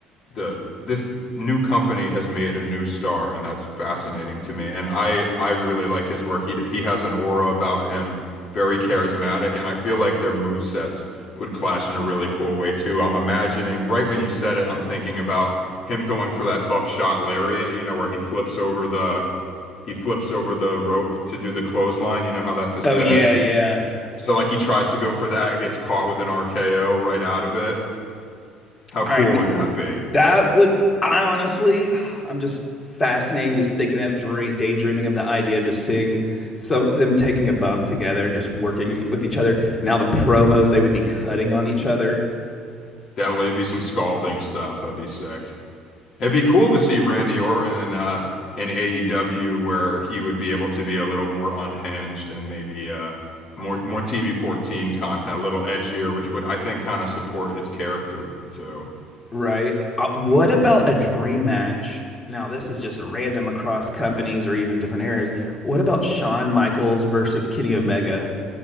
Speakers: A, on the left; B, on the left.
A: the this new company has made a new star, and that's fascinating to me. And I I really like his work. He he has an aura about him, very charismatic, and I feel like their move sets would clash in a really cool way too. I'm imagining right when you said it, I'm thinking about him going for that buckshot lariat, you know, where he flips over the he flips over the rope to do the clothesline. You know how that's his
B: Oh
A: finish.
B: yeah, yeah.
A: So like he tries to go for that and gets caught with an RKO right out of it. How cool
B: All right,
A: would that be?
B: That would, I honestly, <sighs> I'm just fascinating just thinking of dream, daydreaming of the idea of just seeing some them taking a bump together and just working with each other. Now the promos they would be cutting on each other,
A: Definitely it'd be some scalding stuff. That'd be sick. It'd be cool to see Randy Orton in uh in AEW where he would be able to be a little more unhinged and maybe uh more more TV 14 content, a little edgier, which would I think kind of support his character too.
B: right? Uh, what about a dream match? Now this is just random across companies or even different areas. What about Shawn Michaels versus Kenny Omega?